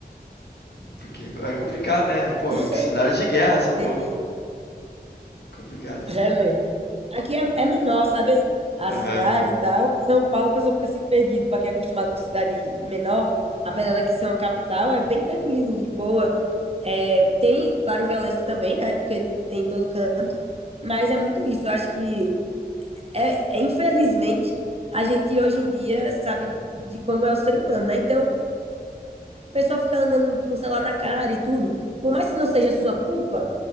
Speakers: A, on the left; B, on the right.
A: porque é co- é complicado, né? Pô,
B: <laughs>
A: que cenário de guerra essa
B: Entendi.
A: porra, é complicado.
B: Já é mesmo. Aqui é, é menor, sabe? A
A: Aham.
B: cidade e tal. São Paulo, a pessoa fica assim perdido. Pra quem é acostumado com cidade menor, apesar daqui ser uma capital, é bem tranquilo de boa. É, tem, claro, violência também, né? Porque tem em todo canto. Mas é muito isso. Eu acho que, é, é, infelizmente, a gente hoje em dia sabe de como é o ser humano, né? Então, a pessoa fica andando com o celular na cara e tudo. Por mais que não seja sua culpa,